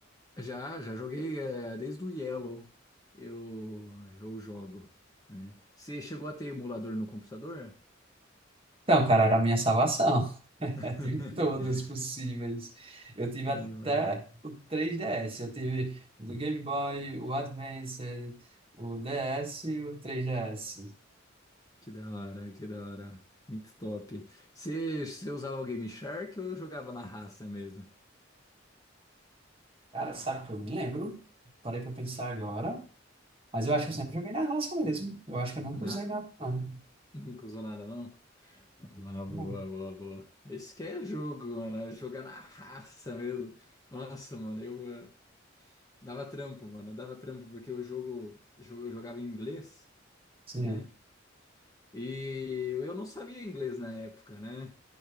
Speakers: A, on the left; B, on the right.
A: já, já joguei eh, desde o Yellow, eu, eu jogo, né? Você chegou a ter emulador no computador?
B: Então, cara, era a minha salvação. <laughs>
A: <laughs>
B: Eu tive todos possíveis. Eu tive
A: Tem,
B: até
A: né?
B: o 3DS. Eu tive o do Game Boy, o Advance, o DS e o 3DS.
A: Que da hora, que da hora. Muito top. Você, você usava o Game Shark ou jogava na raça mesmo?
B: Cara, sabe que eu me lembro? Parei pra pensar agora. Mas eu acho
A: Ah,
B: que eu sempre joguei na raça mesmo. Eu acho que eu nunca
A: Na,
B: usei nada. não.
A: nunca usou nada, não? Boa, boa,
B: Não.
A: boa, boa. Esse que é jogo, mano. é Jogar na raça mesmo. Nossa, mano, eu eh, dava trampo, mano. eu Dava trampo porque o jogo, jo- eu jogava em inglês,
B: Sim.
A: né? E eu não sabia inglês na época, né?